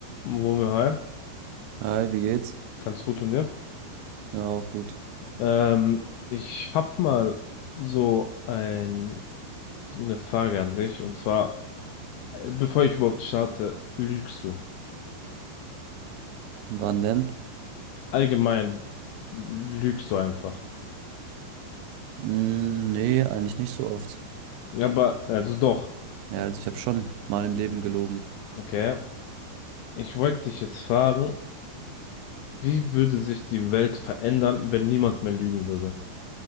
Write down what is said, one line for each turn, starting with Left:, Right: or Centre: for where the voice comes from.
Left: Wumme, hi.
Right: Hi, wie geht's?
Left: Ganz gut und dir?
Right: Ja, auch gut.
Left: Ähm, ich hab mal so ein, eine Frage an dich und zwar, äh, bevor ich überhaupt starte, lügst du?
Right: Wann denn?
Left: Allgemein lügst du einfach.
Right: Mm, nee, eigentlich nicht so oft.
Left: Ja, Aber, also doch,
Right: Ja, also ich habe schon mal im Leben gelogen.
Left: okay. Ich wollte dich jetzt fragen, wie würde sich die Welt verändern, wenn niemand mehr lügen würde?